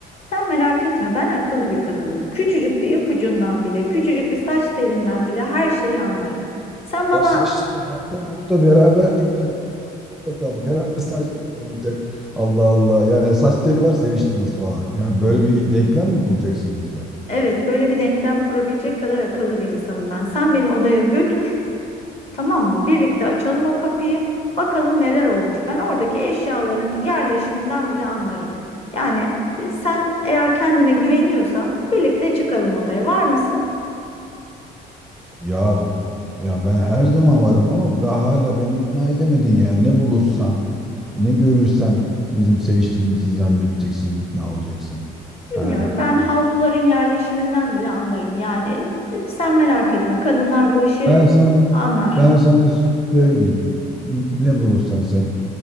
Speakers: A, on the left; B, in the centre.
A: Sen merak etme, ben akıllı bir kadınım. Küçücük bir ipucundan bile, küçücük bir saç telinden bile her şeyi anlarım. Sen bana
B: Ya saç teli zaten orada beraberdik diyorum. Yani aynı odada kaldık. Herhalde saç teli olacak. Allah Allah. Yani saç teli var seviştiniz falan. Yani böyle bir denklem mi kuracaksın bizde?
A: evet böyle bir denklem kurabilecek kadar akıllı bir insanım ben. Sen beni odaya götür. Tamam mı? Birlikte açalım o kapıyı. Bakalım neler olmuş. Ben oradaki eşyaların yerleşiminden bile anlarım. Yani e, sen eğer kendine güveniyorsan birlikte çıkalım odaya. Var mısın?
B: Ya ya ben her zaman varım ama daha hala beni ikna edemedin yani ne bulursan ne görürsen bizim seviştiğimizi zannedeceksin ikna olacaksın.
A: Bilmiyorum.
B: Yani
A: Ben havluların yerleşiminden bile anlarım. Yani e, sen merak etme. Kadınlar bu işi
B: ben sana
A: anlar.
B: ben sana söyleyeyim ne bulursan sen